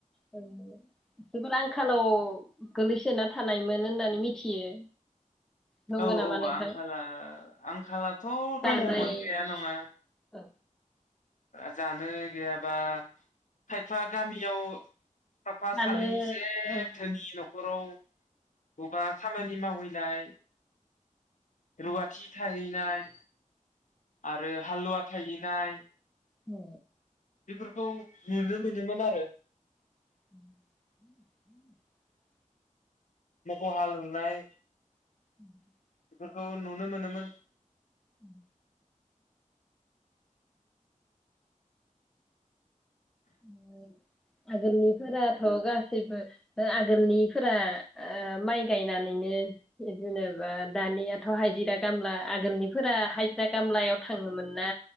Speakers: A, in the centre; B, on the left.
A: ओ जोबोर आंखालाव गोलैसोना थानायमोन होननानै मिथियो। नंगौ
B: औ
A: नामा
B: औ
A: नोंथां
B: आंखाला आंखालाथ'
A: दानाय
B: दङमोन गैया नङा।
A: औ
B: ओ जानो गैयाबा खायफा गामियाव साफा
A: दानो
B: सानै एसे
A: औ
B: धोनि न' फोराव बबा खामानि मावहै दाहाय रुवाथि थाहैनाय आरो हालुवा थाहैनाय
A: औ।
B: बेफोरखौ नुनो मोनोमोन आरो।
A: <unintelligible>
B: मोखौ हालुनाय
A: <unintelligible>
B: बेफोरखौ नुनो मोनोमोन।
A: उम। <unintelligible> आगनिफोरात गास गासैबो आगोलनिफोरा ओ माइ गायनानैनो जेनेबा दानियाथ' हाजिरा गामला आगोलनिफोरा हाजिरा खामलायाव थाङोमोन ना